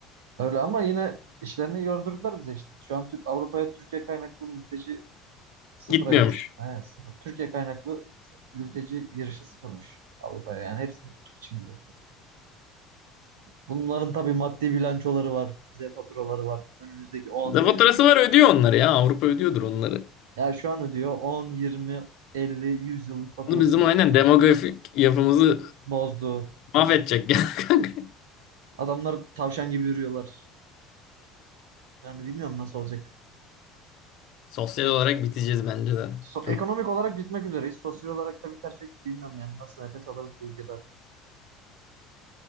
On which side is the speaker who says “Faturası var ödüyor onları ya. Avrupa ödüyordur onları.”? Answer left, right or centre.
Left